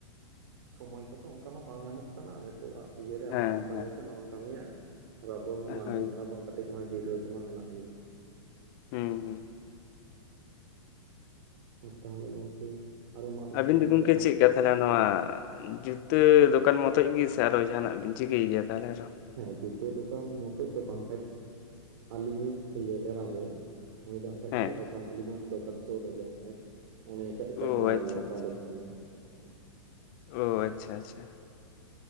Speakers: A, on the right (about 60°); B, on the left (about 45°).
A: ᱥᱚᱢᱚᱭ ᱠᱚᱛᱚ ᱚᱱᱠᱟ ᱢᱟ ᱵᱟᱝ ᱧᱟᱢᱚᱜ ᱠᱟᱱᱟ ᱱᱤᱛᱚᱜ ᱦᱟᱸᱜ ᱾ ᱤᱭᱟᱹᱨᱮ
B: ᱦᱮᱸ
A: ᱦᱟᱱᱟᱢ ᱠᱟᱹᱢᱤᱭᱟ
B: ᱦᱮᱸ
A: ᱥᱮ ᱱᱚᱣᱟᱢ ᱠᱟᱹᱢᱤᱭᱟ ᱟᱫᱚ ᱟᱵᱚ ᱢᱟ ᱢᱟᱹᱱᱢᱤ
B: ᱦᱳᱭ
A: ᱠᱟᱱᱟ ᱵᱚᱱ ᱠᱟᱹ ᱴᱤᱡ ᱢᱟ ᱡᱤᱨᱟᱹᱣ ᱠᱚᱢᱟ ᱢᱮᱱᱟᱜ ᱜᱮ
B: ᱦᱩᱸ ᱦᱩᱸ
A: ᱛᱟᱦᱚᱞᱮ ᱜᱚᱢᱠᱮ ᱟᱨ ᱢᱟ ᱚᱱᱠᱟᱱᱟᱜ
B: ᱟᱹᱵᱤᱱ ᱫᱚ
A: ᱡᱩᱫᱤ
B: ᱜᱚᱢᱠᱮ
A: ᱟᱢᱟᱜ
B: ᱪᱮᱫᱠᱟ ᱛᱟᱦᱚᱞᱮ ᱱᱚᱣᱟ ᱡᱩᱛᱟᱹ ᱫᱚᱠᱟᱱ ᱢᱚᱛᱚᱡ ᱜᱮ ᱥᱮ ᱟᱨᱚ ᱡᱟᱦᱟᱱᱟᱜ ᱵᱤᱱ ᱪᱤᱠᱟᱹᱭ ᱜᱮᱭᱟ ᱛᱟᱦᱚᱞᱮ ᱟᱨᱚ?
A: ᱦᱮᱸ ᱡᱩᱛᱟᱹ ᱫᱚᱠᱟᱱ ᱢᱚᱛᱚᱡ ᱫᱚ ᱵᱟᱝᱠᱟᱡᱽ ᱟᱹᱞᱤᱧᱤᱡ ᱤᱭᱟᱹ ᱮᱨᱟ ᱜᱮ ᱩᱱᱤ ᱫᱚ ᱦᱟᱠᱷᱟᱡᱽ
B: ᱦᱮᱸ
A: ᱪᱟ ᱫᱚᱠᱟᱱ, ᱟᱹᱞᱤᱧᱟᱜ ᱫᱚᱠᱟᱱ ᱥᱩᱨ ᱨᱮᱜᱮ ᱠᱷᱟᱡᱽ᱾ ᱩᱱᱤ ᱮᱴᱟᱜ ᱮ ᱪᱟᱪᱟᱞᱟᱣ
B: ᱚ ᱟᱪᱪᱷᱟ
A: ᱜᱮᱭᱟ ᱪᱟ
B: ᱟᱪᱪᱷᱟ
A: ᱫᱚᱠᱟᱱ ᱫᱚ ᱦᱟᱜ᱾
B: ᱚ ᱟᱪᱪᱷᱟ ᱟᱪᱪᱷᱟ᱾